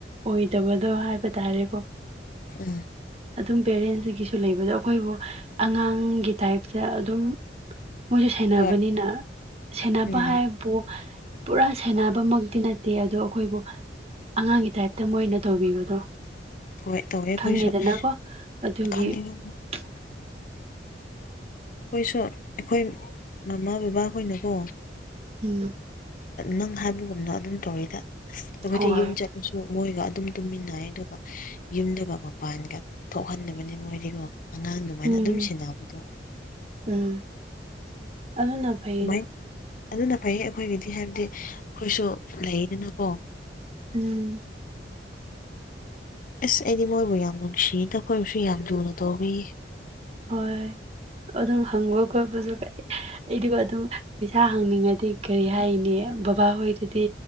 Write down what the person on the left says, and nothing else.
ꯎꯝ
ꯍꯣꯏ
ꯎꯝ
ꯍꯣꯏ ꯇꯧꯋꯦ ꯑꯩꯈꯣꯏꯁꯨ
<unintelligible>
ꯈꯣꯏꯁꯨ ꯑꯈꯣꯏ ꯃꯥꯃꯥ ꯕꯥꯕꯥ ꯈꯣꯏꯅꯀꯣ
ꯅꯪ ꯍꯥꯏꯕꯒꯨꯝꯅ ꯑꯗꯨꯝ ꯇꯧꯋꯤꯗ ꯑꯈꯣꯏꯗꯤ
ꯌꯨꯝ ꯆꯠꯂꯁꯨ ꯃꯣꯏꯒ ꯑꯗꯨꯝ ꯇꯨꯝꯃꯤꯟꯅꯩꯌꯦ ꯑꯗꯨꯒ ꯌꯨꯝꯗꯒ ꯃꯄꯥꯟꯒ ꯊꯣꯛꯍꯟꯗꯕꯅꯤ ꯃꯣꯏꯗꯤꯒꯣ ꯑꯉꯥꯡ ꯑꯗꯨꯃꯥꯏꯅ
ꯑꯗꯨꯝ ꯁꯦꯟꯅꯕꯗꯣ
ꯁꯨꯃꯥꯏꯟ ꯑꯗꯨꯅ ꯐꯩꯌꯦ ꯑꯩꯈꯣꯏꯒꯤꯗꯤ ꯍꯥꯏꯕꯗꯤ ꯑꯩꯈꯣꯏꯁꯨ ꯂꯩꯗꯅꯀꯣ
ꯑꯁ ꯑꯩꯗꯤ ꯃꯣꯏꯕꯨ ꯌꯥꯝ ꯅꯨꯡꯁꯤꯗ ꯑꯈꯣꯏꯕꯨꯁꯨ ꯌꯥꯝ ꯂꯨꯅ ꯇꯧꯕꯤ